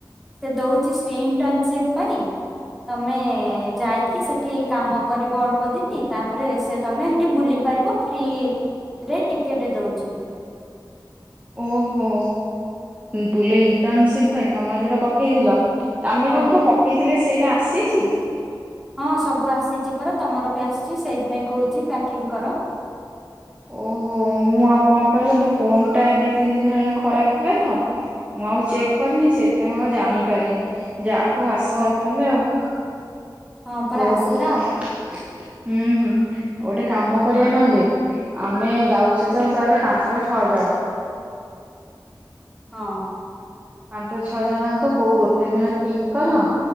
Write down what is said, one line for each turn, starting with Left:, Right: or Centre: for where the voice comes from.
Centre: ସେ ଦଉଚି ସେଇଣ୍ଟନସିପ ପାଇଁ। ତମେ ଯାଇକି ସେଠି କାମ କରିବ ଅଳ୍ପ ଦିନି ତାପରେ ସେ ତମେ ହେଠି ବୁଲି ପାରିବ ଫ୍ରି ରେ ଟିକେଟ ଦଉଚି।
Right: ଓହୋ ବୋଲି ଇଣ୍ଟନସିପ ପାଇଁ ତମର ଯୋଉଟା ପକେଇଥିଲ। ଆମେ
Centre: ହଁ
Right: ଯଉଗୁରା ପକେଇଥିଲେ ସେଇରା ଆସିଛି।
Centre: ହଁ ସବୁ ଆସିଛି ପରା ତମର ପି ଆସିଚି ସେଇଥିପାଇଁ କହୁଛି ପ୍ୟାକିଂ କର।
Right: ଓହୋ ମୁଁ ଆଉ କଣ କହିଲ ମୋ ଫୋନ ଟା ଦି ତିନି ଦିନ ହେଲାଣି ଖରାପ ଥିଲା ତ। ମୁଁ ଆଉ ଚେକ୍ କରିନି ସେଥିପାଇଁ ମୁଁ ଆଉ ଜାଣିପାରିନି ଯା ହ ଆସିଲା
Centre: ଓହୋ
Right: ତାହେଲେ ଆଉ
Centre: ହଁ ପରା
Right: ହଉ।
Centre: ଆସିଲା ଆଉ
Right: ଉଁ ହୁଁ ଗୋଟେ କାମ କରିବା ନହେଲେ ଆମେ ଯାଉଛେ ତ ତାହେଲେ ପାଞ୍ଚ ଛଅ ଜଣ।
Centre: ହଁ।
Right: ପାଞ୍ଚ ଛଅ ଜଣଙ୍କ କୋଉ ଗୋଟେ ଦିନ ଠିକ କର।